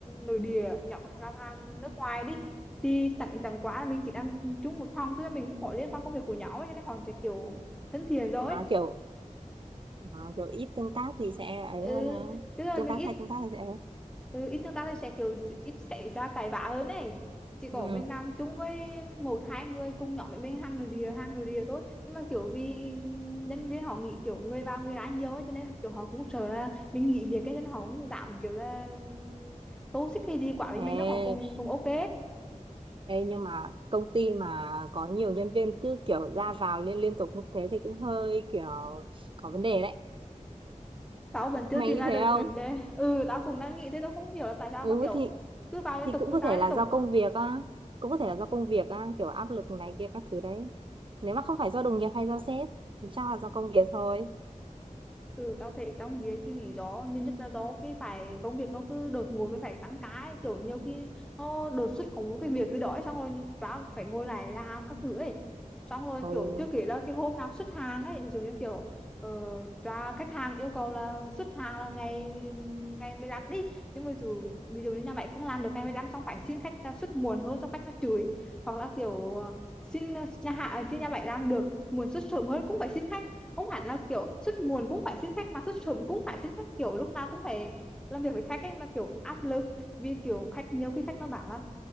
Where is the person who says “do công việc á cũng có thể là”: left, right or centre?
Right